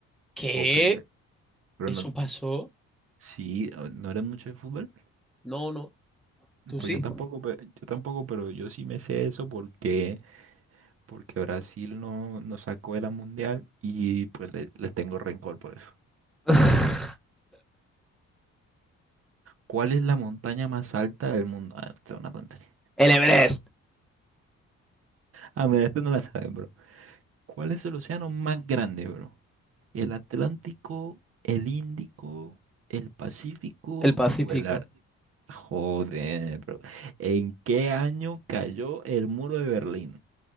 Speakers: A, in the centre; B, on the right.
A: ¿Qué?
B: O creo que- pero
A: ¿Eso
B: no,
A: pasó?
B: Sí, ah, no eres mucho de fútbol.
A: No, no. ¿Tú
B: Pues
A: sí?
B: yo tampoco, pe- yo tampoco, pero yo sí me sé eso porque, porque Brasil no, no sacó de la mundial y pues le, les tengo rencor por eso.
A: <laughs>
B: ¿Cuál es la montaña más alta del mundo? Ah, esta es una tontería.
A: El Everest.
B: Ah, mira, esto no la saben, bro. ¿Cuál es el océano más grande, bro? ¿El Atlántico, el Índico, el Pacífico
A: El Pacífico.
B: o el Ar- Joder, bro. ¿En qué año cayó el muro de Berlín?